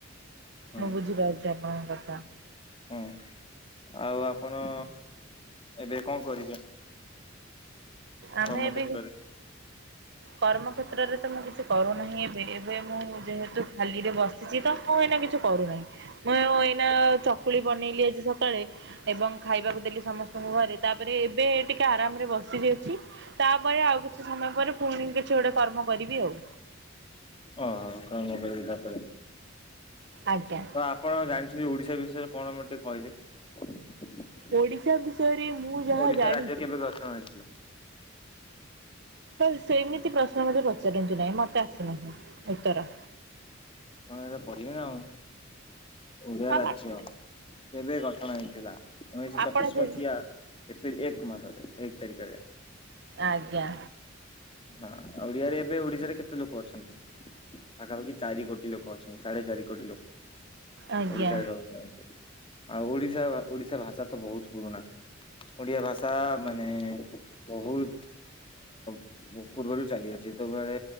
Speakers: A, on the left; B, on the right.
A: ହୁଁ
B: ମୁ ବୁଝିପାରୁଛି ଆପଣଙ୍କ କଥା।
A: ହୁଁ। ଆଉ ଆପଣ ଏବେ କଣ କରିବେ?
B: ଆମେ
A: କର୍ମକ୍ଷେତ୍ରରେ?
B: ଏ ବି କର୍ମକ୍ଷେତ୍ରରେ। ତ ମୁଁ କିଛି କରୁନାହିଁ ଏବେ ଏବେ ମୁଁ ଯେହେତୁ ଖାଲିରେ ବସିଛି ତ ମୁଁ ଏଇନା କିଛି କରୁନାହିଁ ମୁଁ ଏଇନା ଚକୁଳି ବନେଇଲି ଆଜି ସକାଳେ ଏବଂ ଖାଇବାକୁ ଦେ ଲି ସମସ୍ତଙ୍କୁ ଘରେ ତାପରେ ଏବେ ଟିକେ ଆରାମରେ ବସି ଯେହତ ତାପରେ ଆଉ କିଛି ସମୟ ପରେ ପୁଣି କିଛି ଗୋଟେ କର୍ମ କରିବି ଆଉ।
A: ହଁ <unintelligible> ତାପରେ।
B: ଆଜ୍ଞା।
A: କଣ ଆପଣ ଜାଣିଛନ୍ତି ଓଡିଶା ବିଷୟରେ କଣ ମତେ ଟିକେ କହିଲେ?
B: ଓଡିଶା ବିଷୟରେ ମୁଁ ଯାହା
A: ଓଡିଶା
B: ଜାଣିଛି
A: ରାଜ୍ୟ କେବେ ଗଠନ ହେଇଥିଲା?
B: ହ ସେମିତି ପ୍ରଶ୍ନ ମୋତେ ପଚାରନ୍ତୁ ନାହିଁ ମତେ ଆସିନାହିଁ ଉତ୍ତର।
A: କଣ ଏ ପଢିବେ ନା ଆଉ ଓଡିଆ
B: ଆଉ
A: ରାଜ୍ୟ
B: ପାଠ
A: କେବେ ଗଠ ଠନ ହେଇଥିଲା ଉଣେଇଶ
B: ଆପଣ
A: ଛତିଶ
B: ଯେ
A: ମସିହା ଏପ୍ରିଲ ଏକ ମାସରେ ଏକ ତାରିଖରେ।
B: ଆଜ୍ଞା।
A: ହଁ ଓଡିଆରେ ଏବେ ଓଡିଶାରେ କେତେ ଲୋକ ଅଛନ୍ତି ପାଖାପାଖି ଚାରି କୋଟି ଲୋକ ଅଛନ୍ତି ସାଢେ ଚାରି କୋଟି ଲୋକ
B: ଆଜ୍ଞା
A: ଓଡିଶାରେ ରହୁଛନ୍ତି ଆଉ ଓଡିଶା ବା ଓଡିଶା ଭାଷା ତ ବହୁତ ପୁରୁଣା। ଓଡିଆ ଭାଷା ମାନେ ବହୁତ ପୂର୍ବରୁ ଚାଲିଅଛି। ତ ଯେତେବେଳେ